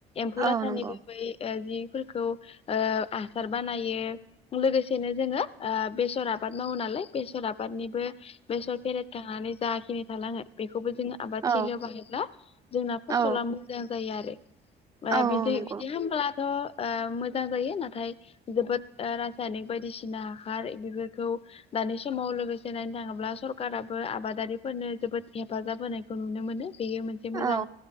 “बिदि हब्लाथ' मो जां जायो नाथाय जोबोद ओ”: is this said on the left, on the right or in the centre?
Left